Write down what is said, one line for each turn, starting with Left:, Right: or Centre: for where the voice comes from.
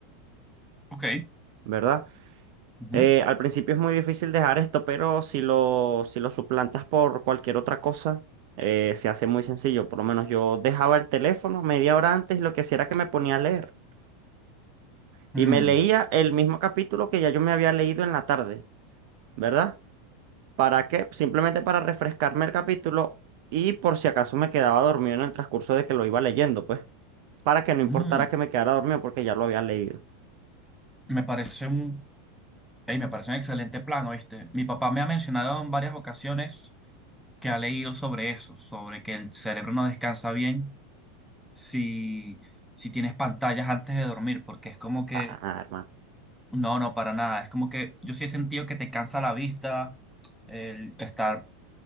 Centre: Ok,
Right: ¿verdad?
Centre: ujú.
Right: Eh, al principio es muy difícil dejar esto, pero si lo, si lo suplantas por cualquier otra cosa, eh, se hace muy sencillo. Por lo menos yo dejaba el teléfono media hora antes y lo que hacía era que me ponía a leer. Y
Centre: Mm,
Right: me leía el mismo capítulo que ya yo me había leído en la tarde, ¿verdad? ¿Para qué? Simplemente para refrescarme el capítulo y por si acaso me quedaba dormido en el transcurso de que lo iba leyendo, pues, para que no importara
Centre: mm.
Right: que me quedara dormido porque ya lo había leído.
Centre: Me parece un, ey, me parece un excelente plan, ¿oíste? Mi papá me ha mencionado en varias ocasiones que ha leído sobre eso, sobre que el cerebro no descansa bien si, si tienes pantallas antes de dormir, porque es como que,
Right: Para nada, hermano.
Centre: no, no, para nada. Es como que yo sí he sentido que te cansa la vista, el estar